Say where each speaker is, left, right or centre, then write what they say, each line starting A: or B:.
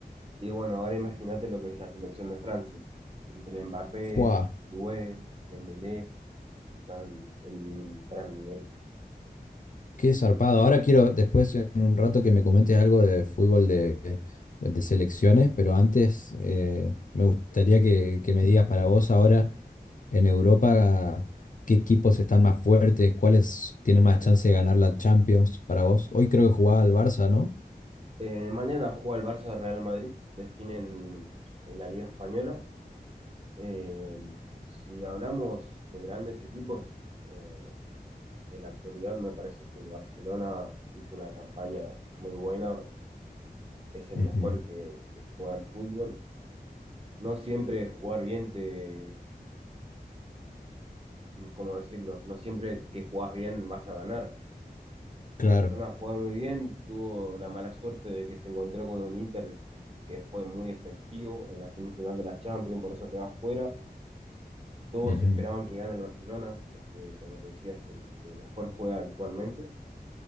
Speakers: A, on the right; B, on the left.
A: Y bueno, ahora imagínate lo que es la selección de Francia. Entre Mbappé,
B: Fua.
A: Doué, Dembélé, están en un gran nivel.
B: Qué zarpado.
A: Sí.
B: Ahora quiero, después en un rato, que me comentes algo de fútbol de, de selecciones, pero antes eh, me gustaría que, que me digas para vos ahora en Europa qué equipos están más fuertes, cuáles tienen más chance de ganar la Champions para vos. Hoy creo que jugaba al Barça, ¿no?
A: Eh, mañana juega el Barça Real Madrid, definen en la Liga Española. Eh, si hablamos de grandes equipos, eh, de la actualidad me parece que el Barcelona hizo una campaña muy buena, es el
B: Ujú,
A: mejor que, que juega al fútbol. No siempre jugar bien te ¿cómo decirlo? No siempre que jugás bien vas a ganar.
B: claro.
A: El Barcelona jugó muy bien, tuvo la mala suerte de que se encontró con un Inter que fue muy efectivo en la semifinal de la Champions, por eso quedó afuera. Todos
B: ujú.
A: esperaban que gane el Barcelona, porque como te decía, es el que mejor juega actualmente.